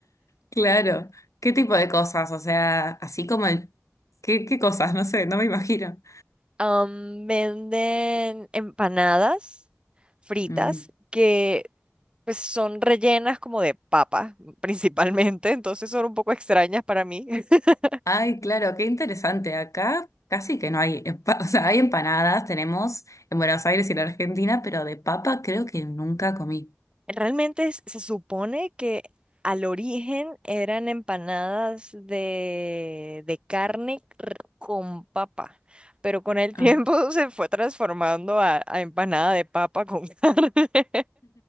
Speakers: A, on the left (about 80°); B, on the right (about 20°).
A: Claro. ¿Qué tipo de cosas? O sea, así como el... ¿Qué, qué cosas? No sé, no me imagino.
B: Am, venden empanadas fritas
A: Mm.
B: que pues, son rellenas como de papa, principalmente, entonces son un poco extrañas para mí. <laughs>
A: Ay, claro, qué interesante. Acá casi que no hay... empa- <laughs> O sea, hay empanadas, tenemos en Buenos Aires y en Argentina, pero de papa creo que nunca comí.
B: Realmente es- se supone que al origen eran empanadas de, de carne r- con papa, pero con el <laughs>
A: Ah.
B: tiempo se fue transformando a, a empanada de papa con <laughs> carne.